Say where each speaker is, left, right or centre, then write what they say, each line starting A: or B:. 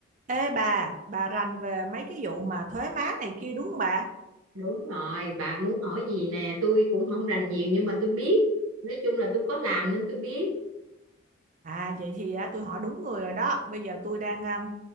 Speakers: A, on the right (about 35°); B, on the right (about 85°).
A: Ê bà, bà rành về mấy cái vụ mà thuế má này kia đúng không bà?
B: Đúng rồi, bà muốn hỏi gì nè, tôi cũng không rành nhiều nhưng mà tôi biết. Nói chung là tôi có làm nên tôi biết.
A: À vậy thì à, tôi hỏi đúng người rồi đó. Bây giờ tôi đang à,